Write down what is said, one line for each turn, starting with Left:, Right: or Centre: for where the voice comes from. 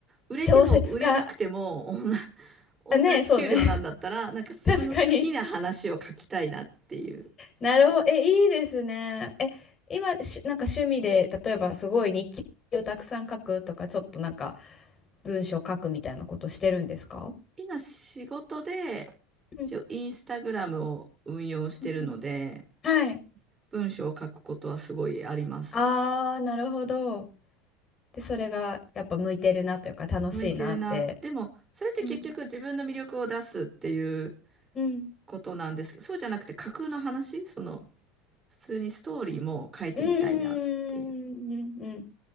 Right: 売れても売れなくても、
Left: 小説家。
Right: 同じ、
Left: あ、ね、
Right: <laughs> 同じ給料なんだったら、
Left: そうね。
Right: なんか自分の好きな話を書きたいなっていう。
Left: <laughs> 確かに。なるほど。え、いいですね。え、今、しなんか趣味で、例えばすごい日記をたくさん書くとか、ちょっとなんか文章書くみたいなことしてるんですか
Right: 今仕事で、
Left: うん
Right: 一応インスタグラムを運用してるので、
Left: うんうんはい。
Right: 文章を書くことはすごいあります。
Left: ああ、なるほど。で、それがやっぱ向いてるなというか楽しいなって。
Right: 向いてるな。でも、それって結局自分の魅力を出すっていう
Left: うん。うん。
Right: ことなんですけど、そうじゃなくて架空の話、その、普通にストーリーも書いてみたいなっていう。
Left: うんうんうんうん。い